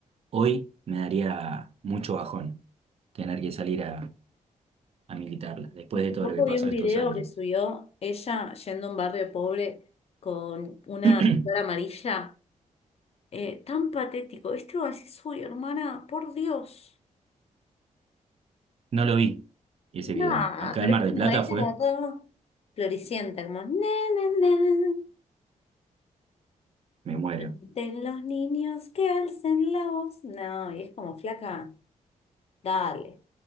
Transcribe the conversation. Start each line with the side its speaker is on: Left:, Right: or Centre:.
Right: hoy me daría mucho bajón tener que salir a, a militarla, después
Left: Hace
Right: de todo
Left: poco
Right: lo que
Left: vi
Right: pasó
Left: un video
Right: estos años.
Left: que subió ella yendo a un barrio pobre con una
Right: <clears throat>
Left: flor amarilla. Eh, tan patético. Este va a decir, uy, hermana, por Dios.
Right: No lo vi ese
Left: Nada,
Right: video. Acá
Left: pero
Right: en Mar
Left: es como
Right: del Plata
Left: ella,
Right: fue,
Left: como todo floricienta, como, "Na, na, na,
Right: me muero.
Left: de los niños que alcen la voz. No, y es como flaca, dale.